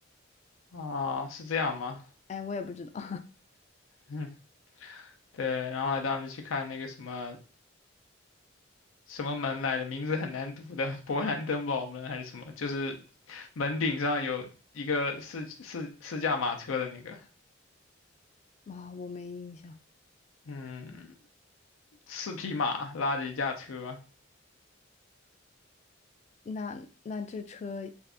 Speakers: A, on the left (about 85°); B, on the left (about 35°).
A: 啊，是这样吗？
B: 哎，我也不知道 <laughs>
A: 嗯，对，然后还当时去看那个什么什么门来着，名字很难读的，勃兰登堡门还是什么，就是门顶上有一个四四四驾马车的那个，
B: 啊，我没印象。
A: 嗯，四匹马拉着一架车，
B: 那那这车